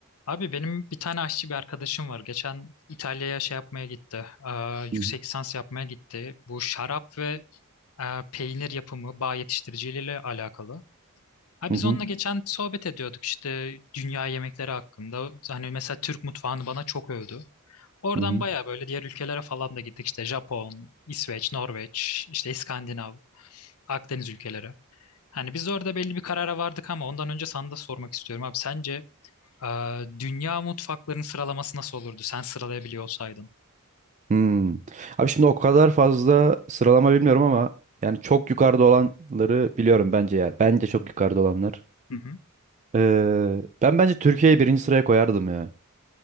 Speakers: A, on the left (about 70°); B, on the right (about 35°).
A: Abi benim bir tane aşçı bir arkadaşım var. Geçen İtalya'ya şey yapmaya gitti. Eee, yüksek
B: Hı hı.
A: lisans yapmaya gitti. Bu şarap ve eee, peynir yapımı bağ yetiştiriciliğiyle alakalı. Ha
B: Hı
A: biz
B: hı.
A: Hı onunla geçen sohbet ediyorduk işte dünya yemekleri hakkında. Hani mesela Türk mutfağını bana çok övdü. Oradan
B: Hı
A: baya böyle diğer ülkelere falan da gittik. İşte Japon, İsveç, Norveç, işte İskandinav, Akdeniz ülkeleri. Hani biz de orada belli bir karara vardık ama ondan önce sana da sormak istiyorum abi. Sence ee, dünya mutfaklarının sıralaması nasıl olurdu sen sıralayabiliyor olsaydın?
B: Hmm. Abi şimdi o kadar fazla sıralama bilmiyorum ama yani çok yukarıda olanları biliyorum bence yani. Bence çok yukarıda olanlar.
A: Hı hı.
B: Ee, ben bence Türkiye'yi birinci sıraya koyardım ya.